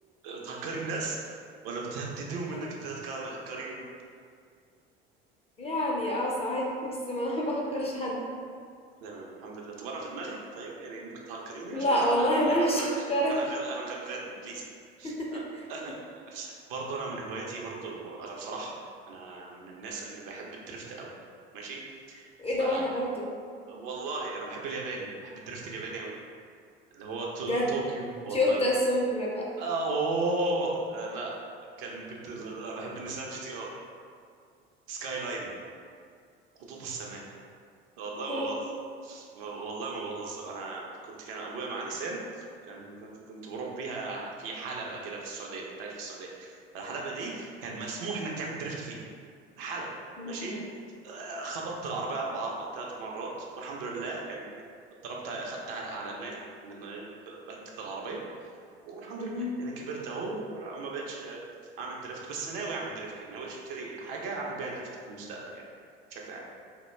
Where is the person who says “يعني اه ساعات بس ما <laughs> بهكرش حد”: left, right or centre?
Left